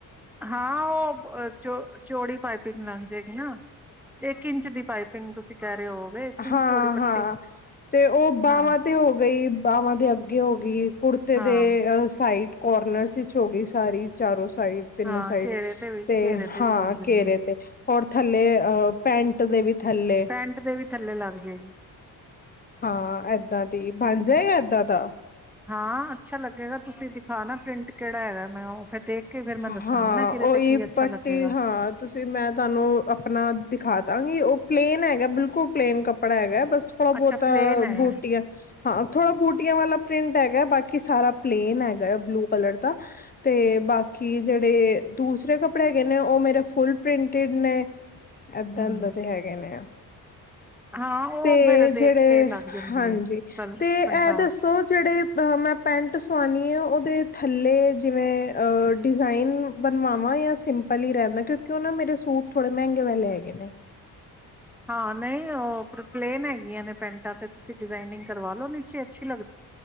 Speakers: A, in the centre; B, on the left.
A: ਹਾਂ, ਉਹ ਚੋ ਚੋੜੀ ਪਾਈਪਿੰਗ ਲੱਗ ਜਾਏਗੀ ਨਾ। ਇੱਕ ਇੰਚ ਦੀ ਪਾਈਪਿੰਗ ਤੁਸੀਂ ਕਹਿ ਰਹੇ ਹੋਗੇ ਇੱਕ ਇੰਚ
B: ਹਾਂ-ਹਾਂ,
A: ਚੌੜੀ ਪੱਟੀ
B: ਤੇ ਉਹ ਬਾਹਵਾਂ
A: ਹਾਂ
B: ਤੇ ਹੋ ਗਈ। ਬਾਵਾਂ ਦੇ ਅੱਗੇ ਹੋ ਗਈ। ਕੁੜਤੇ
A: ਹਾਂ
B: ਦੇ ਸਾਈਡ ਕੋਰਨਰਸ ਵਿੱਚ ਹੋ ਗਈ ਸਾਰੀ ਚਾਰੋ ਸਾਈਡ ਤਿੰਨੋ
A: ਹਾਂ
B: ਸਾਈਡ
A: ਘੇਰੇ ਵੀ
B: ਤੇ
A: ਘੇਰੇ
B: ਹਾਂ
A: ਵੀ ਲੱਗ ਜਾਂਦੀ
B: ਕੇਰੇ
A: ਹੈ
B: ਤੇ ਹੋਰ ਥੱਲੇ ਪੈਂਟ ਦੇ ਵੀ ਥੱਲੇ
A: ਪੈਂਟ ਦੇ ਵੀ ਥੱਲੇ ਲੱਗ ਜਾਏਗੀ
B: ਹਾਂ, ਏਦਾਂ ਦੀ ਹਾਂਜੀ, ਏ ਏਦਾਂ ਦਾ
A: ਹਾਂ ਅੱਛਾ ਲੱਗੇਗਾ, ਤੁਸੀਂ ਦਿਖਾ ਨਾ ਪ੍ਰਿੰਟ ਕਿਹੜਾ ਹੈਗਾ ਮੈਂ ਉਹ ਫਿਰ ਦੇਖ ਕੇ ਫਿਰ ਮੈਂ
B: ਹਾਂ,
A: ਦੱਸਾਂਗੀ ਨਾ ਕਿਹਦੇ
B: ਉਹੀ
A: ਤੇ ਕੀ ਅੱਛਾ
B: ਪੱਟੀ
A: ਲੱਗੇਗਾ
B: ਹਾਂ ਤੁਸੀਂ ਮੈਂ ਤੁਹਾਨੂੰ ਆਪਣਾ ਦਿਖਾ ਦਾਂਗੀ ਉਹ ਪਲੇਨ ਹੈਗਾ, ਬਿਲਕੁਲ ਪਲੇਨ ਕੱਪੜਾ ਹੈਗਾ ਬਸ ਥੋੜਾ ਬਹੁਤਾ
A: ਅੱਛਾ ਪਲੇਨ ਹੈਗਾ
B: ਬੁਟੀਆਂ, ਹਾਂ, ਥੋੜਾ ਬੂਟੀਆਂ ਵਾਲਾ ਪ੍ਰਿੰਟ ਹੈਗਾ, ਬਾਕੀ ਸਾਰਾ ਪਲੇਨ ਹੈਗਾ ਹੈ ਬਲੂ ਕਲਰ ਦਾ ਤੇ ਬਾਕੀ ਜਿਹੜੇ ਦੂਸਰੇ ਕੱਪੜੇ ਹੈਗੇ, ਨੇ ਉਹ ਮੇਰੇ ਫੁਲ ਪ੍ਰਿੰਟਿਡ ਨੇ। ਏਦਾਂ
A: ਹਮ
B: ਇਦਾਂ ਦੇ ਹੈਗੇ ਨੇ ਆ।
A: ਹਾਂ ਉਹ
B: ਤੇ
A: ਫੇਰ ਦੇਖ
B: ਜਿਹੜੇ
A: ਕੇ ਲੱਗ ਜਾਂਦੀ
B: ਹਾਂਜੀ
A: ਹੈ ਕਲ
B: ਤੇ ਇਹ
A: ਕੰਟਰਾਸਟ
B: ਦੱਸੋ, ਜਿਹੜੇ ਅ ਮੈਂ ਪੈਂਟ ਸਵਾਣੀ। ਜਾ ਉਹਦੇ ਥੱਲੇ। ਜਿਵੇਂ ਡਿਜ਼ਾਇਨ ਬਣਵਾਵਾਂ ਜਾ ਸਿੰਪਲ ਹੀ ਰਹਿੰਦਾ, ਕਿਉਂਕਿ ਉਹ ਨਾ ਮੇਰੇ ਸੂਟ ਥੋੜੇ ਮਹਿੰਗੇ ਵਾਲੇ ਹੈਗੇ ਨੇ।
A: ਹਾਂ, ਨਹੀਂ ਉਹ ਪਲੇਨ ਹੈਗੀਆਂ, ਨੇ ਪੈਂਟਾਂ ਤੇ ਤੁਸੀਂ ਡਿਜ਼ਾਇਨਿੰਗ ਕਰਵਾ ਲੋ ਨੀਚੇ ਅੱਛੀ ਲੱਗ